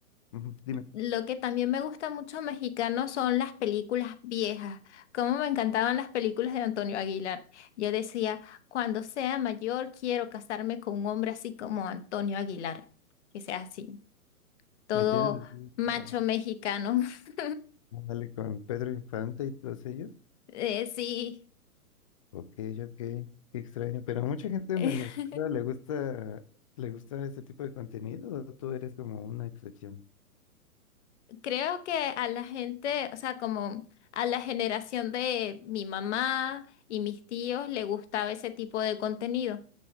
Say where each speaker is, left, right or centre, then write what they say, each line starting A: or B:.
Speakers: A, on the left; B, on the left.
A: ujú, dime,
B: Lo que también me gusta mucho mexicano son las películas viejas. Cómo me encantaban las películas de Antonio Aguilar. Yo decía, cuando sea mayor quiero casarme con un hombre así como Antonio Aguilar, que sea así, todo
A: ¿me tienes así?
B: macho
A: Ah,
B: mexicano. <laughs>
A: Ándale, con Pedro Infante y todos ellos.
B: Eh, sí,
A: Ok, ok, qué extraño. Pero a mucha gente en
B: <laughs>
A: Venezuela le gusta, le gusta este tipo de contenido, o tú eres como una excepción.
B: creo que a la gente, o sea, como a la generación de mi mamá y mis tíos le gustaba ese tipo de contenido.